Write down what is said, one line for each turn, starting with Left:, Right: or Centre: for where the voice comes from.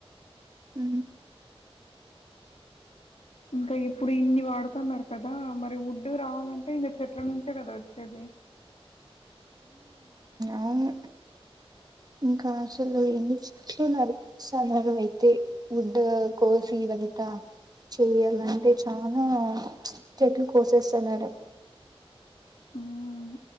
Right: ఉ
Left: ఇంకా ఇప్పుడు ఇన్ని వాడుతున్నారు కదా మరి వుడ్డు రావాలంటే ఇంకా చెట్ల నుంచే కదా వచ్చేది అ
Right: అవును ఇంకా అసలు ఎన్ని చెట్లు నడికేస్తన్నారు అయితే ఉడ్ కోసి ఇదంతా చెయాలంటే చాలా చెట్లు కోసేసన్నారు
Left: మ్మ్.